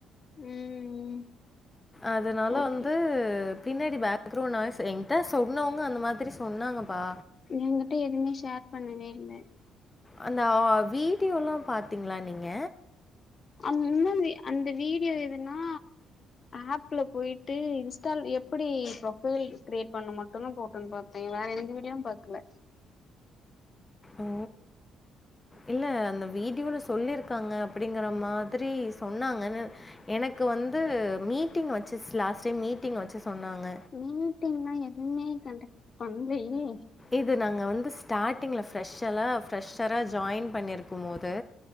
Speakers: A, on the left (about 40°); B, on the left (about 20°).
A: ம் ம்
B: அதனால
A: ஓகே
B: வந்து பின்னாடி பேக்ரவுண்ட் நாய்ஸ் எங்கிட்ட சொன்னவங்க அந்த மாதிரி சொன்னாங்கப் பா
A: எங்கிட்ட எதுமே ஷேர் பண்ணவே இல்ல
B: அந்த ஆ வீடியோல்லா பாத்தீங்ளா நீங்க
A: அவுங்க இன்னுமே அந்த வீடியோ எதுன்னா ஆப்ல போயிட்டு இன்ஸ்டால் எப்படி ப்ரொஃபைல் கிரியேட் பண்ணும் மட்டுந்தா போட்டு இருந்தது நா வேற எந்த வீடியோவும் பாக்குல
B: ஓ இல்ல அந்த வீடியோல சொல்லியிருக்காங்க அப்டிங்கற மாதிரி சொன்னாங்கன்னு எனக் கு வந்து மீட்டிங் வச்சு லாஸ்ட் டைம் மீட்டிங் வச்சு சொன்னாங்க
A: மீட்டிங்னா எதுமே கண்டக்ட் பண்லையே
B: இது நாங்க வந்து ஸ்டார்ட்டிங்ல ஃப்ரெஷ்ல்லா ஃப்ரெஷ்சரா ஜாயின் பண்ணியிருக்கும் போது